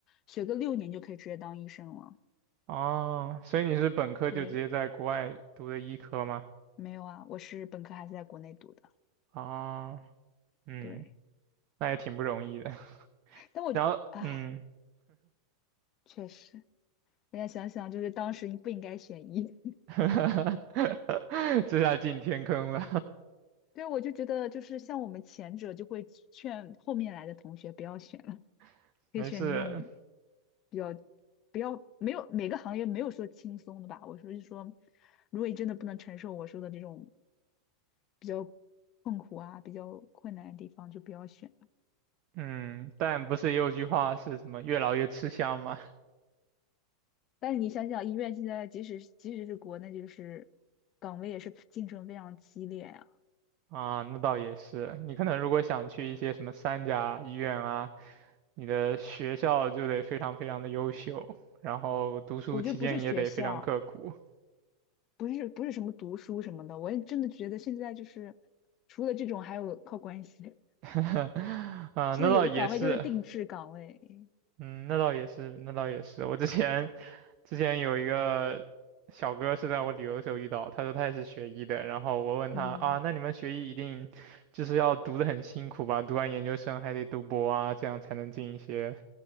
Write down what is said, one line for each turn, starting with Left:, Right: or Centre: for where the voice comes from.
Left: 学个六年就可以直接当医生了。
Right: 啊，所以你是本科就直接在国外读的医科吗？
Left: 对，没有啊，我是本科还是在国内读的。
Right: 啊。嗯，
Left: 对，
Right: 那也挺不容易的。<laughs>
Left: 但我就啊，
Right: 然后，嗯，
Left: 确实，人家想想就是当时你不应该选医。<laughs>
Right: <laughs> 这下进天坑了，
Left: 对，我就觉得就是像我们前者就会劝后面来的同学不要选。了。
Right: <laughs>
Left: 可以选那种
Right: 没事。
Left: 比较不要没有每个行业没有说轻松的吧。我说是说，如果你真的不能承受我说的这种比较痛苦啊、比较困难的地方，就不要选。
Right: 嗯，但不是也有句话是什么“越老越吃香”吗？
Left: 但是你想想，医院现在即使即使是国内，就是岗位也是竞争非常激烈啊。
Right: 啊，那倒也是。你可能如果想去一些什么三甲医院啊，你的学校就得非常非常的优秀，然后读书期间也得非常刻苦。
Left: 我觉得不是学校，不是不是什么读书什么的，我也真的觉得现在就是除了这种，还有靠关系。
Right: <laughs>
Left: <laughs>
Right: 啊，
Left: 是的，
Right: 那倒也是。
Left: 有的岗位就是定制岗位，
Right: 嗯，那倒也是，那倒也是。我之前之前有一个小哥是在我旅游的时候遇到，他说他也是学医的，然后我问他啊，
Left: 嗯。
Right: 那你们学医一定就是要读的很辛苦吧？读完研究生还得读博啊，这样才能进一些